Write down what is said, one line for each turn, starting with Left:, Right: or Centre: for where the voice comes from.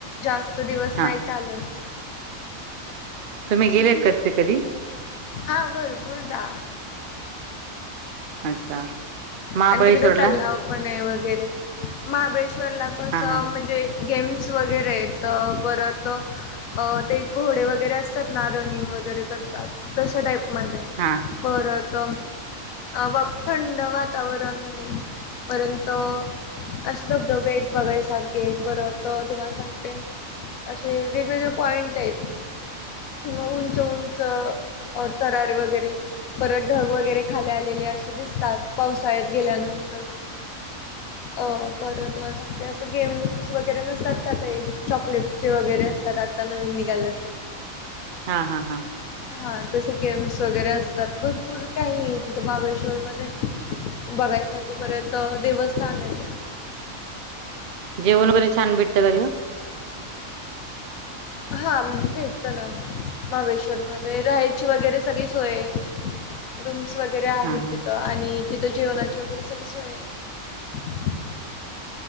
Left: जास्त दिवस
Right: हा
Left: नाही चालत.
Right: तुम्ही गेलेत का <unintelligible> कधी
Left: हा भरपूरदा.
Right: अच्छा महाबळेश्वरला
Left: आणि तिकड तलाव पणय वगैरे महाबळेश्वरला कस
Right: हा
Left: म्हणजे
Right: हा
Left: गेम्स वगैरेत. परत अ ते घोडे वगैरे असतात ना रनिंग व गैरे करतात, तशा टाईप मधे
Right: हा
Left: परत व थंड वात वातावरण आहे परयंत असे धबधबे आहेत बघायसारखे बर तुम्हाला सांगते असे वेगवेगळे पॉइंट आहेत. मग उंच उंच तरारे वगैरे परत ढग वगैरे खाले आलेले असे दिसतात. पावसाळ्यात गेल्यानंतर अ बरं तुम्हाला सांगते असं गेम्स वगैरे नसतात का ते चॉकलेट वगैरे असतात आता नवीन निघालत.
Right: हा हा हा
Left: हा तसे गेम्स वगैरे असतात भरपूर काही तिथं महाबळेश्वर मध्ये बघायस तोपर्यंत देवस्थान आहे.
Right: जेवण वगैरे छान भेटतं काय तिथे
Left: हा भेटत ना महाबळेश्वर मध्ये राहायची वगैरे सगळी सोय रुम वगैरे आहेत
Right: हा हा
Left: तिथं आणि तिथं जेवणाची वगैरे सगळे सोय आहेत